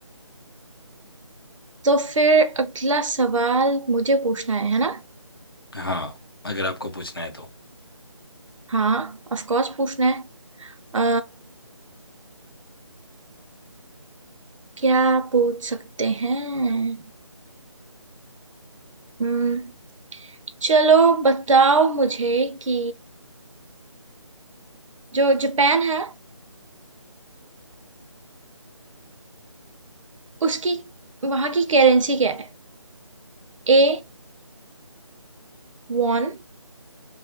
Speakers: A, on the right; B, on the left.
A: तो फिर अगला सवाल मुझे पूछना है है ना
B: हाँ अगर आपको पूछना है तो
A: हाँ ऑफ कोर्स पूछना है अ, क्या पूछ सकते हैं Hmm, चलो बताओ मुझे कि जो जापान है उसकी वहां की करेंसी क्या है A won